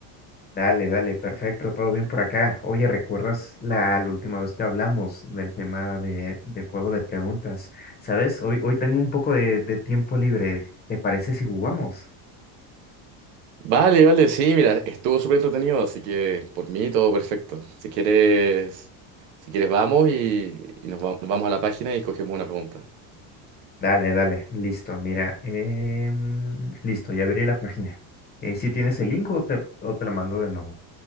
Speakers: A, on the left (about 20°); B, on the right (about 85°).
A: Dale, dale, perfecto, todo bien por acá. Oye, ¿recuerdas la, la última vez que hablamos del tema de, de juego de preguntas? ¿Sabes? Hoy, hoy tengo un poco de, de tiempo libre. ¿Te parece si jugamos?
B: Vale, vale, sí, mira, estuvo súper entretenido, así que por mí todo perfecto. Si quieres, si quieres vamos y, y nos, va- nos vamos a la página y escogemos una pregunta.
A: Dale, dale, listo, mira. em, listo, ya abrí la página. si tienes el link o te, o te lo mando de nuevo?